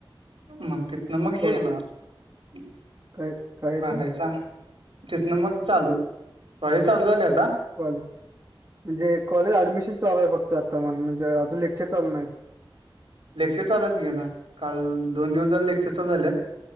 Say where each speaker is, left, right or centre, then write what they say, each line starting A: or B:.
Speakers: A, on the right; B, on the right.
A: मग तिथन मग
B: स्कॉल
A: हे येणार
B: काय काय येते
A: भरायचा तिथन मग चालू काँलेज चालू झालय आता.
B: कॉलेज म्हणजे कॉलेज ऍडमिशन चालू आहे फक्त आता म्हण म्हणजे अजून लेक्चर चालू नाहीत.
A: लेक्चर चालू आहेत की आता काल दोन दिवस झाले लेक्चर चालू झाले आहेत